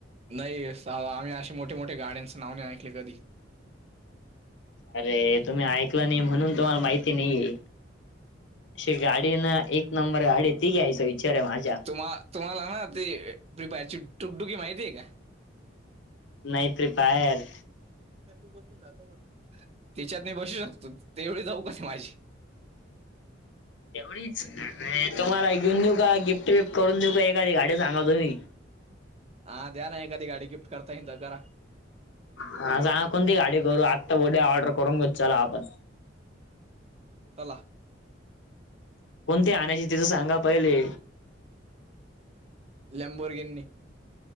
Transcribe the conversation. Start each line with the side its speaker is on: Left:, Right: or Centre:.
Right: नाही सा वा आम्ही असे मोठे नावने ऐकले कधी.
Left: अरे! तुम्ही ऐकलं नाही म्हणून तुम्हाला माहिती नाही आहे, अशी गाडी ना एक नंबर गाडी ती घ्यायच विचार माझ्या.
Right: तुम्हा तुम्हाला ना ते बारची टुकडुकी माहितीय का?
Left: नाही ते पायर
Right: तिच्या तू बसून जातो म्हणलं तिच्यात मी बसू शकतो तेवढी जाऊ का माझ्याशी <inaudible>
Left: एवढीच इच्छा नाही, तुम्हाला एक घेऊन देऊ का गिफ्ट बिफ्ट करून देऊ का एकादी गाडी सांगा तुम्ही?
Right: हा द्या ना एखधी गाडी गिफ्ट करता येईन तर करा.
Left: हा सांगा कोणती गाडी करू आत्ता उद्या ऑर्डर करून विचारा आपण
Right: तला
Left: कोणती आणायची ति तर सांगा पहिले.
Right: लेम्बोर्गिनी.